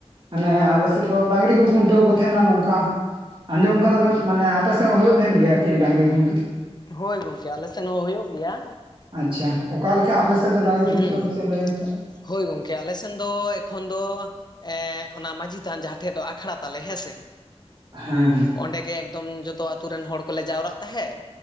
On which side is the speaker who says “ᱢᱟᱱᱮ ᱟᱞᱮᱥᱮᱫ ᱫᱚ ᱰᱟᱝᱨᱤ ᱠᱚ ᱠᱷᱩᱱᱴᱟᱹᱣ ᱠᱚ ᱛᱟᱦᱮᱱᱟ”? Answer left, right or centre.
Right